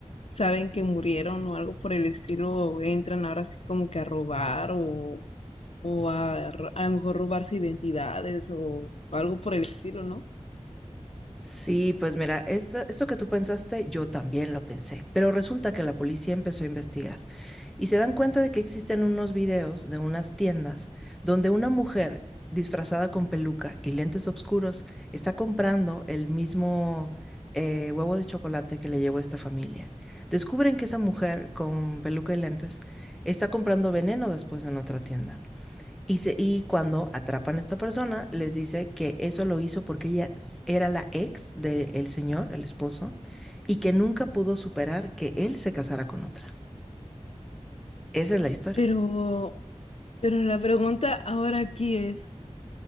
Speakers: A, on the left; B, in the centre.
A: saben que murieron o algo por el estilo, entran ahora sí como que a robar o, o a, r- a lo mejor robarse identidades o algo por el estilo, ¿no?
B: Sí, pues mira, esto, esto que tú pensaste, yo también lo pensé, pero resulta que la policía empezó a investigar y se dan cuenta de que existen unos videos de unas tiendas donde una mujer disfrazada con peluca y lentes oscuros está comprando el mismo eh, huevo de chocolate que le llegó a esta familia. Descubren que esa mujer con peluca y lentes está comprando veneno después en otra tienda. Y, se- y cuando atrapan a esta persona, les dice que eso lo hizo porque ella s- era la ex del señor, el esposo, y que nunca pudo superar que él se casara con otra. Esa es la historia.
A: Pero, pero la pregunta ahora aquí es,